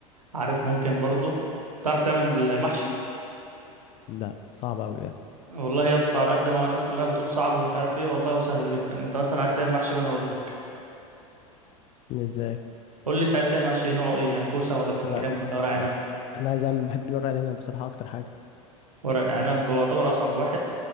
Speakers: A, on the right; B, on the left.
A: عارف ممكن برضه تعرف تعمل المحشي
B: لا صعب أوي ده
A: والله يا اسطى على قد ما الناس كلها بتقول صعب ومش عارف ايه والله هو سهل جدا انت مثلا عايز تعمل محشي وانا اقول لك
B: ازاي
A: قول لي انت عايز تعمل محشي نوعه ايه يعني كوسه ولا بتنجان
B: انا
A: ولا ورق عنب
B: انا عايز اعمل بحب الورق العنب بصراحه اكتر حاجه
A: ورق العنب هو يعتبر اصعب واحد